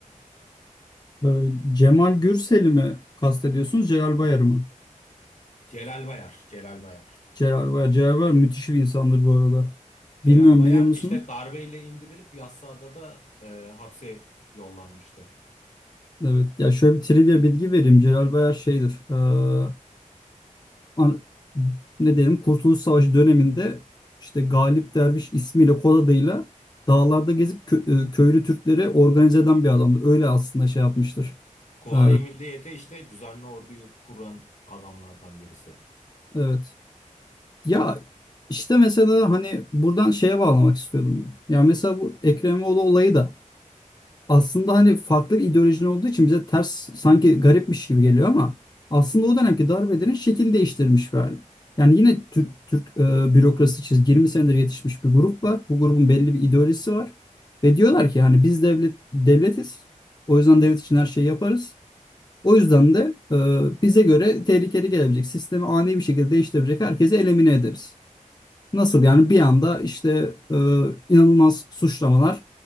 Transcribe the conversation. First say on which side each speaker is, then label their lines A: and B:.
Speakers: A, on the left; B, on the left.
A: Ee, Cemal Gürsel'i mi kastediyorsunuz, Celal Bayar'ı mı?
B: Celal Bayar, Celal Bayar.
A: Celal Bayar, Celal Bayar müthiş bir insandır bu arada.
B: Celal
A: Bilmiyorum
B: Bayar
A: biliyor musunuz?
B: işte darbeyle indirilip Yassıada da e, hapse yollanmıştı.
A: Evet. Ya şöyle bir trivia bilgi vereyim. Celal Bayar şeydir. e, an- ne diyelim Kurtuluş Savaşı döneminde işte Galip Derviş ismiyle kod adıyla dağlarda gezip kö- e, köylü Türkleri organize eden bir adamdır. Öyle aslında şey yapmıştır.
B: Kuvayi
A: E,
B: Milliye'de işte düzenli orduyu kuran adamlardan birisi.
A: evet. Ya işte mesela hani buradan şeye bağlamak istiyordum ben. Ya mesela bu Ekrem İmamoğlu olayı da aslında hani farklı bir ideolojinin olduğu için bize ters sanki garipmiş gibi geliyor ama aslında o dönemki darbedenin şekil değiştirmiş bir hali. Yani yine Türk, Türk e, bürokrasi çizgi 20 senedir yetişmiş bir grup var. Bu grubun belli bir ideolojisi var. Ve diyorlar ki hani biz devlet devletiz. O yüzden devlet için her şeyi yaparız. O yüzden de e, bize göre tehlikeli gelebilecek, sistemi ani bir şekilde değiştirebilecek herkesi elimine ederiz. Nasıl yani bir anda işte e, inanılmaz suçlamalar,